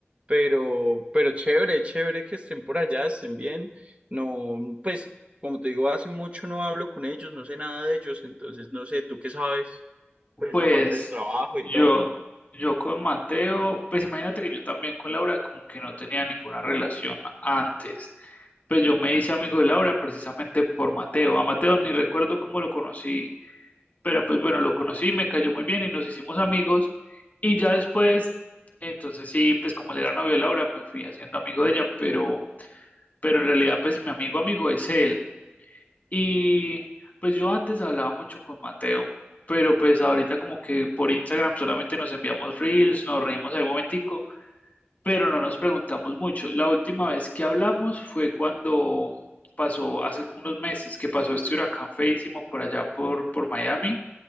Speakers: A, on the right; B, on the left.
A: pero, pero chévere, chévere que estén por allá, estén bien. No, pues como te digo, hace mucho no hablo con ellos, no sé nada de ellos, entonces no sé, ¿tú qué sabes? Pues
B: Pues
A: aparte del trabajo y
B: yo,
A: todo.
B: yo con Mateo, pues imagínate que yo también con Laura como que no tenía ninguna relación antes. Pues yo me hice amigo de Laura precisamente por Mateo. A Mateo ni recuerdo cómo lo conocí, pero pues bueno, lo conocí, me cayó muy bien y nos hicimos amigos. Y ya después, entonces sí, pues como él era novio de Laura, me fui haciendo amigo de ella, pero, pero en realidad pues mi amigo amigo es él. Y pues yo antes hablaba mucho con Mateo, pero pues ahorita como que por Instagram solamente nos enviamos reels, nos reímos ahí un momentico pero no nos preguntamos mucho. La última vez que hablamos fue cuando pasó, hace unos meses, que pasó este huracán feísimo por allá por, por Miami,